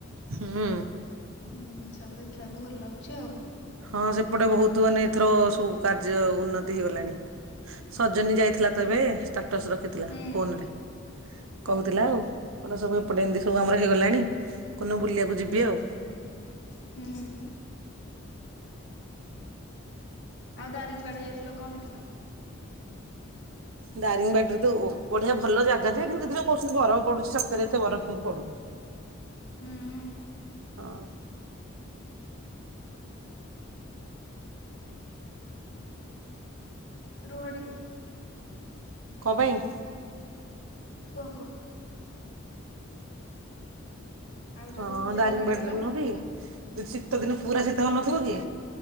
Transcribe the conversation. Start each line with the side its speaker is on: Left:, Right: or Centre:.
Right: ହଁ।
Left: ହୁଁ ସବୁ ଦେଖିବାକୁ ଭଲ ଲାଗୁଛି। ଆଉ ହୁଁ
Right: ହଁ ସେପଟେ ବହୁତ ମାନେ ଏଥର ସବୁ କାର୍ଯ୍ୟ ଉନ୍ନତି ହେଇଗଲାଣି। ସଜନୀ ଯାଇଥିଲା ତବେ ଷ୍ଟାଟସ ରଖିଥିଲା
Left: ହୁଁ
Right: ଫୋନରେ କହୁଥିଲା
Left: ଓହୋ
Right: ଆଉ କିଲ ସବୁ ଏପଟେ ଏମିତି ସବୁ ଆମର ହେଇଗଲାଣି କୁନ ବୁଲିବାକୁ ଯିବି ଆଉ।
Left: ହୁଁ ଆଉ ଦାରିଙ୍ଗବାଡି ଯାଇଥିଲ କଣ ଦେଖିଲ
Right: ଦାରିଙ୍ଗ ବେଡ଼୍ର ଦୁ। ବଢିଆ ଭଲ ଜାଗାଏ କିନ୍ତୁ ଏଥି ଯଁ କହୁଛନ୍ତି ବରଫ ପଡୁଛି ସାତରେ ଏତ ବଫାଇହିଁ ପଡନି
Left: ହୁଁ
Right: ହଁ।
Left: ରୁହଡ଼କ।
Right: କ ପାଇଁ
Left: କୁହ କୁହ ଆଉ ଯୋଉ
Right: ହଁ
Left: ଦେଓମାଳି
Right: ଦାରିଙ୍ଗ ବେଡ
Left: ଗଲା
Right: ନ କି ଶୀତ ଦିନ ପୁରା ଶୀତ ନଥିବ କି